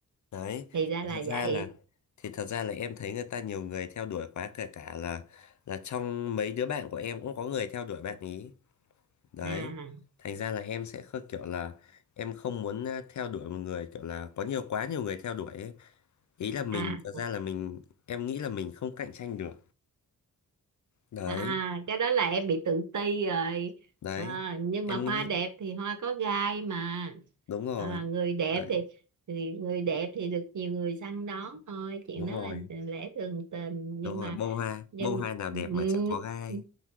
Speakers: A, on the left (about 55°); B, on the right (about 55°).
A: đấy
B: thì ra
A: thì
B: là
A: thật
B: vậy
A: ra là thì thật ra là em thấy người ta nhiều người theo đuổi quá kể cả là là trong mấy đứa bạn của em cũng có người theo đuổi bạn ý đấy
B: à
A: thành ra là em sẽ khơ kiểu là em không muốn ờ, theo đuổi một người kiểu là có nhiều quá nhiều người theo đuổi ấy. ý là mình
B: à
A: thật ra là mình em nghĩ là mình không cạnh tranh được đấy
B: à cái đó là em bị tự ti rồi
A: đấy
B: à, nhưng
A: em
B: mà hoa
A: nghĩ
B: đẹp thì hoa có gai mà
A: đúng rồi
B: à, người đẹp
A: đấy
B: thì thì người đẹp thì được nhiều người săn đón thôi chuyện
A: đúng
B: đó
A: rồi
B: là lẽ thường tình
A: đúng
B: nhưng
A: rồi
B: mà
A: bông hoa
B: nhưng
A: bông hoa nào đẹp mà chẳng có
B: <laughs>
A: gai
B: ừ,